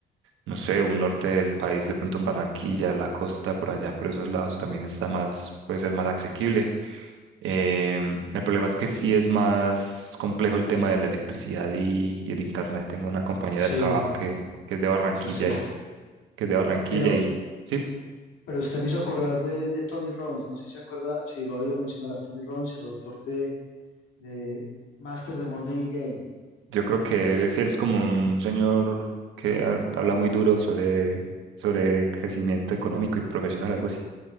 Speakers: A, on the right (about 85°); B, on the left (about 85°).
A: no sé, un norte del país, de pronto en Barranquilla, la costa, por allá, por esos lados también está más, puede ser más asequible. Em, el problema es que sí es más complejo el tema de la electricidad y, y el internet. Tengo una compañera
B: Sí,
A: de trabajo
B: eh,
A: que, que es de Barranquilla
B: eso es cierto.
A: y que es de Barranquilla
B: Pero,
A: y sí,
B: pero usted me hizo acordar de, de Tony Robbins. No sé si se acuerda, si lo ha oído mencionar a Tony Robbins, el autor de, de Master the Money Game.
A: Yo creo que él, sí, él es como un señor que ha- habla muy duro sobre, sobre crecimiento económico y profesional, algo así.